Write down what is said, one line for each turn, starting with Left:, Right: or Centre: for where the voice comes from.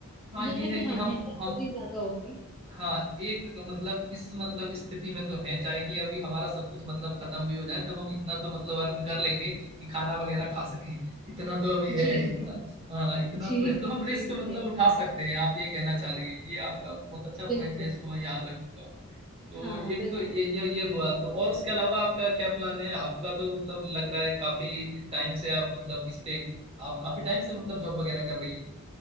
Right: हाँ
Centre: ये
Right: ये
Centre: है कि
Right: है कि
Centre: हाँ
Right: हम
Centre: मेहनत
Right: हम
Centre: थोड़ी ज्यादा होगी
Right: हाँ एक मतलब इस मतलब स्थिति में तो है चाहे कि अभी हमारा सब कुछ मतलब खत्म भी हो जाए तब हम इतना तो मतलब अर्न कर लेंगे कि खाना वगैरह खा सकें इतना तो अभी है
Centre: जी
Right: इतना
Centre: जी
Right: हाँ इतना
Centre: जी
Right: तो है
Centre: जी
Right: तो हम रिस्क
Centre: जी
Right: मतलब
Centre: भाई
Right: उठा सकते हैं आप ये कहना चाह रही हैं ये आपका बहुत अच्छा पॉइंट
Centre: बिल्कुल
Right: है इसको मैं याद रखूंगा तो
Centre: हाँ
Right: एक
Centre: बिल्कुल
Right: तो ये ये ये हुआ तो और उसके अलावा आपका क्या प्लान है आपका तो मतलब लग रहा है काफी टाइम से आप मतलब इस पे आप काफी टाइम से मतलब जॉब वगैरह कर रही हैं